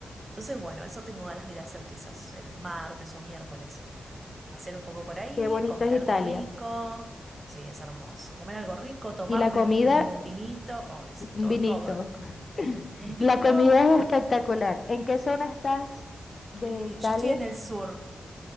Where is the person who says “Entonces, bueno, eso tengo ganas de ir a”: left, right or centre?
Right